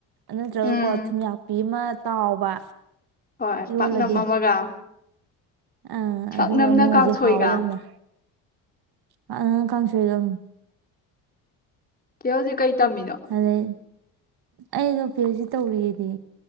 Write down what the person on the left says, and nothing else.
ꯎꯝ
ꯍꯣꯏ
ꯄꯥꯛꯅꯝ ꯑꯃꯒ
ꯄꯥꯛꯅꯝꯅ
ꯀꯥꯡꯁꯣꯏꯒ
ꯀꯣꯖꯤ ꯀꯩ꯫ ꯇꯝꯃꯤꯅꯣ